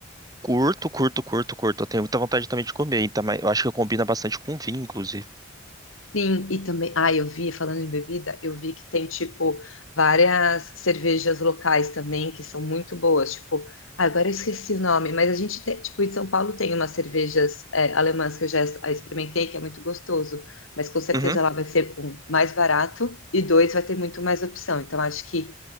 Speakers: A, on the right (about 20°); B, on the left (about 85°).
A: Curto, curto, curto, curto. Eu tenho muita vontade também de comer, então, mas eu acho que combina bastante com vinho, inclusive.
B: Sim, e também, ah, eu vi, falando de bebida, eu vi que tem, tipo, várias cervejas locais também que são muito boas, tipo, ah, agora eu esqueci o nome, mas a gente tem, tipo, em São Paulo tem umas cervejas é, alemãs que eu já es- eh, experimentei, que é muito gostoso, mas com certeza
A: Uhum,
B: lá vai ser, um, mais barato e dois, vai ter muito mais opção, então acho que